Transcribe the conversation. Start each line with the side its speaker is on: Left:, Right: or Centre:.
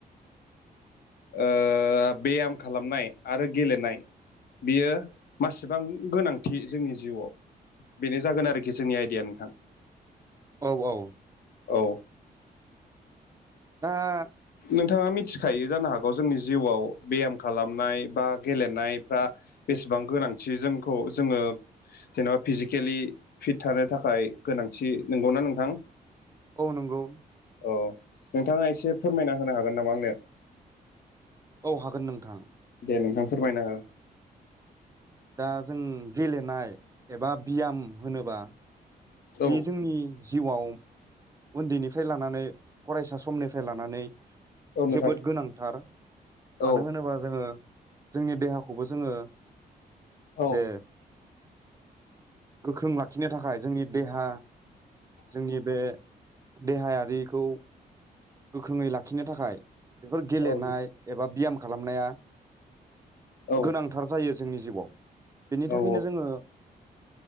Left: ओ बेयाम खालामनाय आरो गेलेनाय बियो मासेबां गोनांथि जोंनि जिउआव बेनो जागोन आरोखि जोंनि आइडिया नोंथां।
Right: औ औ
Left: औ।
Right: दा
Left: नोंथाङा मिथिखायो जानो हागौ जोंनि जिउआव बेयाम खालामनाय बा गेलेनायफ्रा बेसेबां गोनांथि जोंखौ जोङो जेन'बा फिजिकेलि फिट थानो थाखाय गोनांथि नंगौना नोंथां?
Right: औ नंगौ।
Left: अ नोंथाङा एसे फोरमायना होनो हागोन नामा आंनो?
Right: औ हागोन नोंथां।
Left: दे नोंथां फोरमायना हो।
Right: दा जों गेलेनाय एबा बियाम होनोबा
Left: औ
Right: बे जोंनि जिउआव उन्दैनिफ्राय लानानै फरायसा समनिफ्राय लानानै
Left: औ नोंथां
Right: जोबोद गोनांथार मानो
Left: औ
Right: होनोबा जोङो जोंनि देहाखौबो जोङो
Left: औ
Right: जे गोख्रों लाखिनो थाखाय जोंनि देहा जोंनि बे देहायारिखौ गोख्रोङै लाखिनो थाखाय बेफोर गेलेनाय
Left: औ
Right: एबा बियाम खालामनाया
Left: औ
Right: गोनांथार जायो जोंनि जिउआव बेनि
Left: औ
Right: थाखायनो जोङो